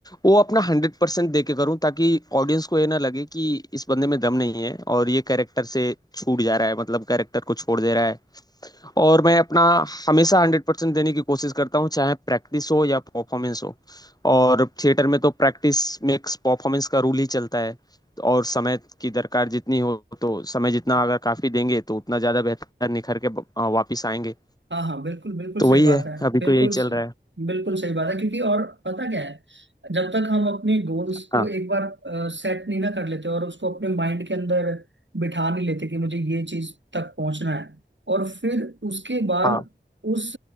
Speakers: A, on the left; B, on the right.
A: वो अपना हंड्रेड परसेंट दे के करूं ताकि ऑडियंस को ये ना लगे कि इस बंदे में दम नहीं है और ये कैरेक्टर से छूट जा रहा है मतलब कैरेक्टर को छोड़ दे रहा है और मैं अपना हमेशा हंड्रेड परसेंट देने की कोशिश करता हूँ चाहे प्रैक्टिस हो या परफॉर्मेंस हो और थिएटर में तो प्रैक्टिस मेक्स परफॉर्मेंस का रूल ही चलता है और समय की दरकार जितनी हो तो समय जितना अगर काफी देंगे तो उतना ज्यादा बेहतर निखर के ब- अ, वापिस आएंगे
B: हाँ हाँ बिल्कुल बिल्कुल
A: तो वही
B: सही बात
A: है
B: है
A: अभी
B: बिल्कुल
A: तो यही चल रहा है
B: बिल्कुल सही बात है क्योंकि और पता क्या है जब तक हम अपने गोल्स को
A: हाँ
B: एक बार सेट नहीं ना कर लेते और उसको अपने माइंड के अंदर बिठा नहीं लेते कि मुझे ये चीज तक पहुंचना है और फिर उसके बाद
A: हाँ
B: उस